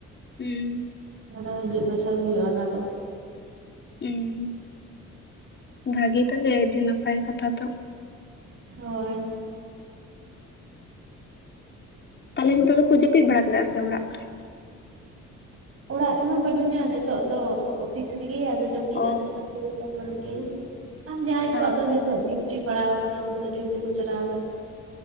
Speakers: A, on the left (about 35°); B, on the right (about 50°).
A: ᱦᱩᱸᱻ,
B: ᱟᱫᱚ ᱦᱤᱡᱩᱜ ᱵᱚᱪᱷᱚᱨ ᱦᱩᱭᱩᱜᱼᱟ, ᱚᱱᱟ ᱫᱚ ᱾
A: ᱤᱝ, ᱵᱷᱟᱜᱤ ᱛᱚᱵᱮ ᱟᱹᱰᱤ ᱱᱟᱯᱟᱭ ᱠᱟᱛᱷᱟ ᱛᱚ ᱾
B: ᱦᱳᱭ ᱾
A: ᱛᱟᱦᱚᱞᱮ, ᱱᱤᱛᱚᱜ ᱫᱚᱠᱚ ᱡᱟᱹᱯᱤᱫ ᱵᱟᱲᱟ ᱠᱮᱫᱟ, ᱥᱮ ᱚᱲᱟᱜ ᱠᱚᱨᱮ ᱾
B: ᱚᱲᱟᱜ ᱨᱮᱢᱟ ᱵᱟᱹᱱᱩᱜ ᱧᱟ, ᱱᱤᱛᱚᱜ ᱫᱚ ᱚᱯᱷᱤᱥ ᱨᱮᱜᱮ, ᱟᱫᱚ ᱡᱟᱹᱯᱤᱫ
A: ᱚ
B: ᱟᱠᱟᱫᱟ ᱠᱚ ᱾ ᱡᱚᱛᱚ ᱦᱚᱲ ᱜᱮ, ᱟᱨ ᱡᱟᱦᱟᱸᱭ ᱠᱚᱣᱟᱜ
A: ᱚ
B: ᱫᱚ ᱱᱤᱛᱚᱜ ᱰᱤᱣᱴᱤ ᱯᱟᱲᱟᱣ ᱟᱠᱟᱱᱟ, ᱩᱱᱠᱩ ᱫᱚ ᱰᱤᱣᱴᱤ ᱠᱚ ᱪᱟᱞᱟᱣ ᱟᱠᱟᱱᱟ ᱾